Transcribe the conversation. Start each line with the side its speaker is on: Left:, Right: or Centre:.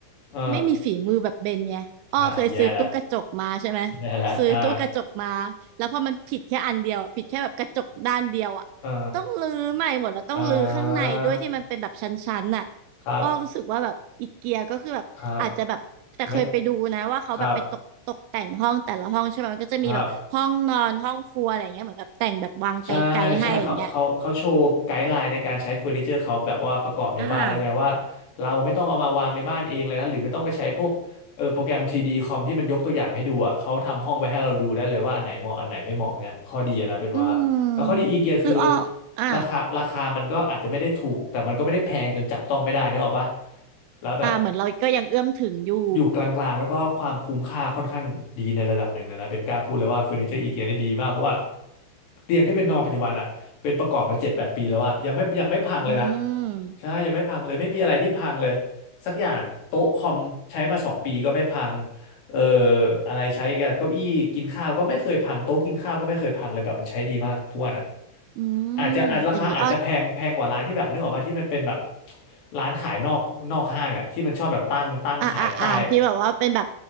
Left: ออ
Right: ไม่มีฝีมือแบบเบนไงอ้อเคยซื้อตู้กระจกมาใช่ไหม
Left: อ้าวแย่แล้วแย่แล้วอ่า
Right: ซื้อตู้กระจกมาแล้วพอมันผิดแค่อันเดียวผิดแค่แบบกระจกด้านเดียวอ่ะต้องรื้อใหม่หมดแล้วต้องรื้อข้างในด้วยที่มันเป็นแบบชั้นๆน่ะ
Left: อ่าอ่า อ่าครับ
Right: อ้อรู้สึกว่าแบบอีเกียก็คือแบบอาจจะแบบแต่เคยไปดูนะว่าเขาแบบไปตกตกแต่งห้องแต่ละห้องใช่ไหมมันก็จะมีแบบห้องนอนห้องครัวอะไรอย่างเงี้ยเหมือนแบบแต่งแบบวางไกลๆให้อย่างเงี้ย
Left: ครับไม่ครับครับใช่ใช่เขาเขาเขาโชว์ไกด์ไลน์ในการใช้เฟอร์นิเจอร์เขาแบบว่าประกอบในบ้านแล้วไงว่า
Right: อ่า
Left: เราไม่ต้องเอามาวางในบ้านเองเลยนะหรือไม่ต้องไปใช้พวกเออโปรแกรมทรีดีคอมที่มันยกตัวอย่างให้ดูอ่ะเขาทำห้องไว้ให้เราดูได้เลยว่าอันไหนเหมาะอันไหนไม่เหมาะเงี้ยข้อดีอะนะเป็นว่าแล้วข้อดีอีเกียคือ
Right: อืมหรืออ้ออ่า
Left: ราคาราคามันก็อาจจะไม่ได้ถูก แต่มันก็ไม่ได้แพงจนจับต้องไม่ได้เนกอะปะแล้วแบบ
Right: อ่าเหมือนเราก็ยังเอื้อมถึงอยู่
Left: อยู่กลางๆแล้วก็ความคุ้มค่าค่อนข้างดีในระดับหนึ่งเลยนะเบนกล้าพูดเลยว่าเฟอร์นิเจอร์อีเกียนี่ดีมากเพราะว่าเตียงที่เป็นนอนปัจจุบันอ่ะเป็นประกอบมาเจ็ดแปดปีแล้วอะยังไม่ยังไม่พังเลยนะ
Right: อืม
Left: ใช่ยังไม่พังเลยไม่มีอะไรที่พังเลยสักอย่างโต๊ะคอมใช้มาสองปีก็ไม่พังเอ่ออะไรใช้กับเก้าอี้กินข้าวก็ไม่เคยพังโต๊ะกินข้าวก็ไม่เคยพังเลยแบบมันใช้ดีมากทุกวันอ่ะ
Right: อื
Left: อาจจะอาจราคาอาจจะแพงแพงกว่าร้านที่แบบนึกออกาที่มันเป็นแบบ
Right: ม อย่างนี้อ้อ
Left: ร้านขายนอกนอกห้างอ่ะที่มันชอบแบบตั้งตั้งขายใต้
Right: อ่า อ่า อ่า ที่แบบว่าเป็นแบบ